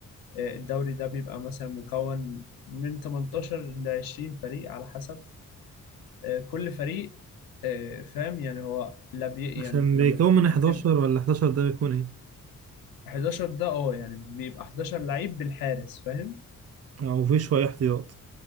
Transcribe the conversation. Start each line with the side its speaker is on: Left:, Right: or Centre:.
Left: آه، الدوري ده بيبقى مثلا مكون من 18 ل 20 فريق على حسب آه، كل فريق آه، فاهم يعني هو لا بي
Right: عشان
Left: يعني لما
Right: بيكون من 11
Left: بتبقى
Right: ولا 11 ده بيكون ايه
Left: 11 ده اه يعني بيبقى 11 لعيب بالحارس فاهم
Right: او في شويه احتياط